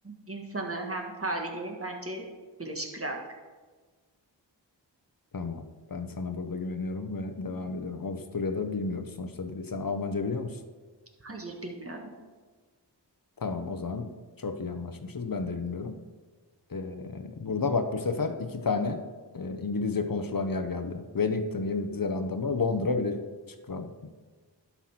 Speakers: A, on the right; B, on the left.
A: insanı hem tarihi bence Birleşik Krallık.
B: Tamam. Ben sana burada güveniyorum ve devam ediyorum. Avusturya'da bilmiyoruz sonuçta dili. Sen Almanca biliyor musun?
A: Hayır bilmiyorum.
B: Tamam o zaman çok iyi anlaşmışız. Ben de bilmiyorum. Ee, burada bak bu sefer iki tane e, İngilizce konuşulan yer geldi. Wellington, Yeni Zelanda mı? Londra, Birleşik Krallık. mı?